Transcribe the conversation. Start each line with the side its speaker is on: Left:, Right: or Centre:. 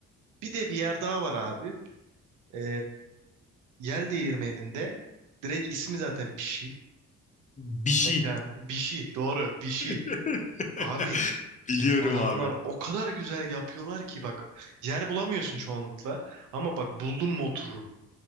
Right: Bir de bir yer daha var abi. Ee, Yel Değirmeni'nde direkt ismi zaten Pişi.
Left: Bir şey.
Right: Mekan. Bişi. Doğru. Bişi.
Left: <laughs>
Right: Abi
Left: Biliyorum
Right: adamlar
Left: abi.
Right: o kadar güzel yapıyorlar ki bak yer bulamıyorsun çoğunlukla. Ama bak buldum mu otururum.